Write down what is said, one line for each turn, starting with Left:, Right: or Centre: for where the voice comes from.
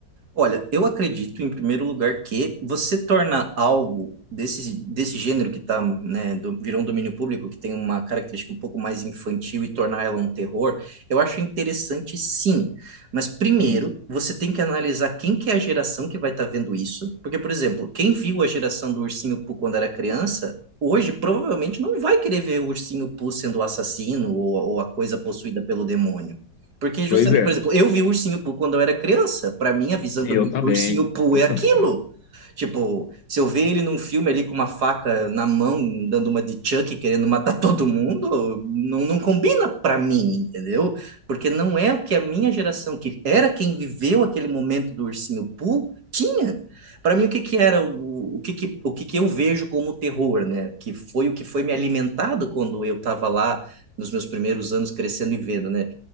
Right: Olha, eu acredito, em primeiro lugar, que você torna algo desse, desse gênero que tá, né, do, virou um domínio público, que tem uma característica um pouco mais infantil e tornar ela um terror, eu acho interessante sim. Mas primeiro,
Left: <laughs>
Right: você tem que analisar quem que é a geração que vai estar vendo isso. Porque, por exemplo, quem viu a geração do Ursinho Pooh quando era criança, hoje provavelmente não vai querer ver o Ursinho Pooh sendo o assassino ou, ou a coisa possuída pelo demônio. Porque justamente,
Left: Pois é.
Right: por exemplo, eu vi o Ursinho Pooh quando eu era criança. Para mim, a visão
Left: Sim,
Right: que eu
Left: eu
Right: tenho
Left: também.
Right: do Ursinho Pooh
Left: Eu
Right: é aquilo.
Left: também.
Right: Tipo, se eu ver ele num filme ali com uma faca na mão, dando uma de Chuck, querendo matar <laughs> todo mundo, não, não combina para mim, entendeu? Porque não é o que a minha geração, que era quem viveu aquele momento do Ursinho Pooh, tinha. Para mim, o que que era, o, o que que, o que que eu vejo como terror, né? Que foi o que foi me alimentado quando eu estava lá nos meus primeiros anos crescendo e vendo, né?